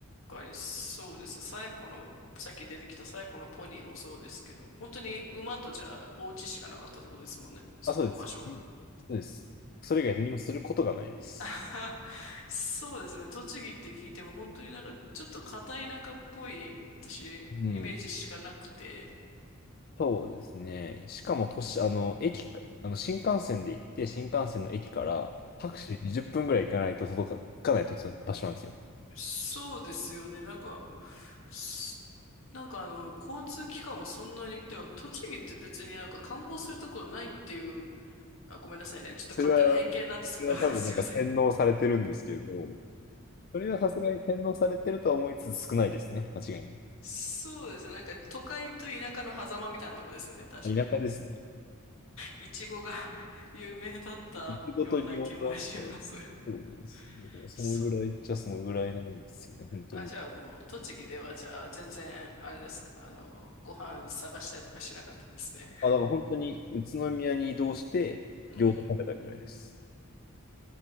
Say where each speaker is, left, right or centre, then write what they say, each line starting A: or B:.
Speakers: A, on the left (about 65°); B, on the left (about 45°).
A: かにそうですね最後の、さっき出てきた最後のポニーもそうですけど、本当に馬とじゃあお家しかなかったってことですもんね。そこの場所。
B: あ、そうです。うんそうです。それ以外何もすることがないです。
A: <laughs> あははそうですね。栃木って聞いても本当になんかちょっと片田舎っぽい私イメージしかなくて。
B: うん。そうですね。しかも、都市、あの、駅か、あの、新幹線で行って、新幹線の駅からタクシーで20分ぐらい行かないと届か、
A: うん
B: 行かないと場所なんですよ。
A: そうですよね。なんか、すなんかあの、交通機関もそんなに、だから栃木って別になんか観光するところないっていう、あ、ごめんなさいね。ちょっと勝手な偏見なんですけど、
B: それは、それは多分なんか洗脳されてるんですけど、
A: <laughs> すいません。
B: それはさすがに洗脳されてるとは思いつつ少ないですね。間違いな
A: そうですね。なんか都会と田舎の狭間みたいなとこですよね。確かね。
B: い。田舎ですね。
A: いちごが <laughs> 有名だったような気もします。
B: いちごと餃子って
A: <laughs>
B: そうなんですけど、そのぐらいっちゃそのぐらいなんですよね、
A: そう。
B: 本当に。
A: あ、じゃあもう、栃木ではじゃあ全然、あれですか、あの、ご飯探したりとかしなかったんですね。
B: あ、だから本当に宇都宮に移動して餃子食べたぐらいです。
A: うん。